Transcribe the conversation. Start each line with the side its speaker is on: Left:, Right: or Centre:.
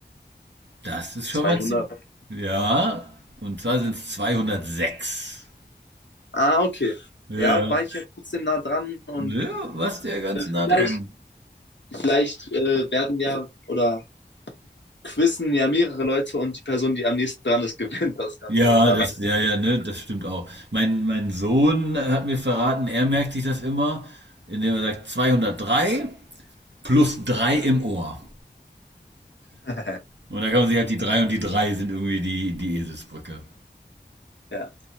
Right: Das ist
Left: 200.
Right: schon mal zu. Ja, und zwar sind es 206.
Left: Ah, okay.
Right: Ja.
Left: Ja, war ich ja trotzdem nah dran und
Right: Ja, was der ganz nah
Left: Vielleicht,
Right: dran.
Left: vielleicht äh, werden ja oder quizzen ja mehrere Leute und die Person, die am nächsten dran ist, <laughs> gewinnt das Ganze
Right: Ja,
Left: und danach.
Right: das, ja, ja, ne, das stimmt auch. Mein, mein Sohn hat mir verraten, er merkt sich das immer, indem er sagt 203 plus drei im Ohr.
Left: <laughs>
Right: Und da kann man sich halt die drei und die 3 sind irgendwie die, die Eselsbrücke.
Left: ja.